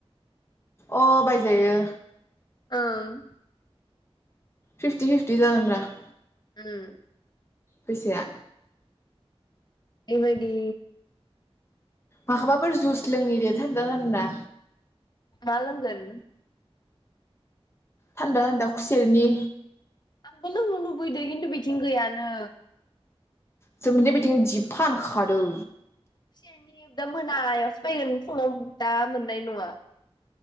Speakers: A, on the left; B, on the left.
A: अ बायजायो।
B: ओं
A: फिफ्टि फिफ्टि जागोन रा -
B: उम।
A: फैसाया।
B: इबायदि
A: माखौबाफोर जुइस लोंहैदो थान्दा होनना
B: मा लोंगोन?
A: थान्दा थान्दा खुसेरनि
B: आंबो लोंनो लुबैदों खिन्थु बिथिं गैयानो।
A: जों मोननि बिथिं जि फानखादों।
B: खुसेरनि दा मोनायावसो फायगोन समाव दा मोननाय नङा।